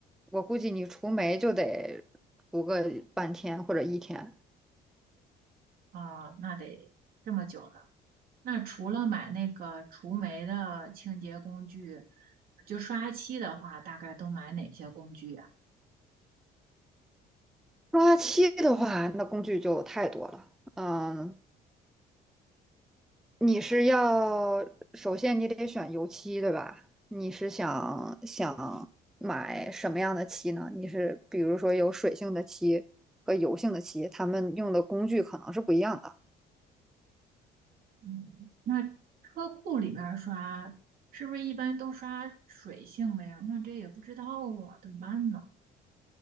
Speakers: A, in the centre; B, on the right (about 60°).
A: 我估计你除霉就得除个半天或者一天。
B: 啊，那得这么久呢。那除了买那个除霉的清洁工具，就刷漆的话，大概都买哪些工具呀？
A: 刷漆的话，那工具就太多了。嗯，你是要首先你得选油漆，对吧？你是想想买什么样的漆呢？你是比如说有水性的漆和油性的漆，他们用的工具可能是不一样的。
B: 嗯，那车库里面儿刷是不是一般都刷水性的呀？那这也不知道啊，怎么办呢？